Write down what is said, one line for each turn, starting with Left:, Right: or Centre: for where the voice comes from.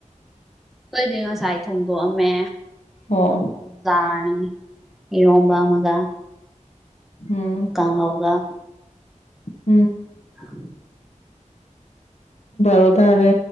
Centre: ꯑꯩꯈꯣꯏꯗꯤ ꯉꯁꯥꯏ ꯊꯣꯡꯗꯣꯛꯑꯝꯃꯦ
Left: ꯑꯣ
Centre: ꯑꯗꯨ ꯏꯔꯣꯝꯕ ꯃꯒ
Left: ꯎꯝ
Centre: ꯀꯥ ꯍꯧꯒ
Left: ꯎꯝ
Centre: ꯍ
Left: ꯔꯣ ꯇꯥꯔꯦ